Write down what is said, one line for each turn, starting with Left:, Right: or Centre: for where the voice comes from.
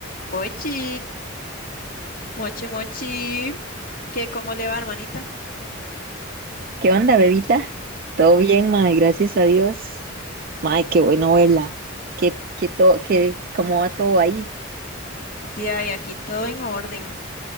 Left: Mochi, mochi, mochi, ¿qué cómo le va, hermanita?
Right: ¿Qué onda, bebita? ¿Todo bien, mae? Gracias a Dios. Mae, qué bueno verla. ¿Qué, qué to- qué- cómo va todo ahí?
Left: De ahí aquí todo en orden.